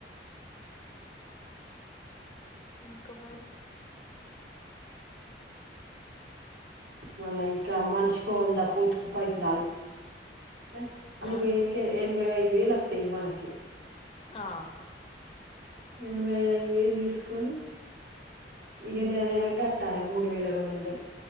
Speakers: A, on the left; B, on the right.
A: ఇంక మరి
B: మళ్ళా ఇంకా మనిషికో వంద పూతుపు పైసలు అ అని
A: ఆ
B: పోయినా కె ఎనభై ఐదు వేల అత్తయి మనకి
A: ఆహా
B: ఎనభై ఐదు వేలు తీసుకొని ఇక
A: ఉమ్
B: నెల నెల గట్ కట్టాలా మూడు వేల రెండు వందలు